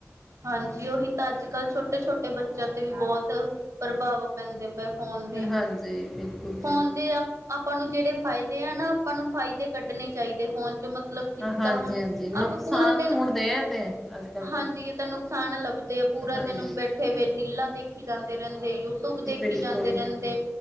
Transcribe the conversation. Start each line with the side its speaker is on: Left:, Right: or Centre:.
Right: ਹਾਂਜੀ ਉਹੀ ਤਾਂ ਅੱਜ ਕੱਲ ਛੋਟੇ ਛੋਟੇ ਛੋਟੇ ਬੱਚਿਆਂ ਤੇ ਵੀ ਬਹੁਤ ਪ੍ਰਭਾਵ ਪੈਂਦੇ। ਫੋਨ ਦੇ
Centre: ਹਾਂਜੀ ਬਿਲਕੁਲ
Right: ਫੋਨ
Centre: ਜੀ
Right: ਦੇ ਆ ਆਪਾਂ ਨੂੰ ਜਿਹੜੇ ਫਾਇਦੇ ਆ ਨਾ ਆਪਾਂ ਨੂੰ ਫਾਇਦੇ ਕੱਢਣੇ ਚਾਹੀਦੇ ਫੋਨ ਚ ਮਤਲਬ ਕਿਦਾਂ
Centre: ਹਾਂਜੀ
Right: ਹੁਣ
Centre: ਹਾਂਜੀ ਨੁਕਸਾਨ
Right: ਆਪਾਂ ਪੂਰਾ ਦਿਨ
Centre: ਢੂੰਡਦੇ ਆ ਤੇ ਅੱਜ ਕੱਲ
Right: ਹਾਂਜੀ
Centre: ਤੇ
Right: ਇਹ ਤਾਂ ਨੁਕਸਾਨ ਲੱਭਦੇ ਆ ਪੂਰਾ
Centre: ਹਾਂਜੀ
Right: ਦਿਨ ਬੈਠੇ ਵਠੀਏ ਰ ਦੇਖੀ ਜਾਂਦੇ ਰਹਿੰਦੇ ਯੂਟਿਊਬ ਦੇਖੀ
Centre: ਬਿਲਕੁਲ
Right: ਜਾਂਦੇ ਰਹਿੰਦੇ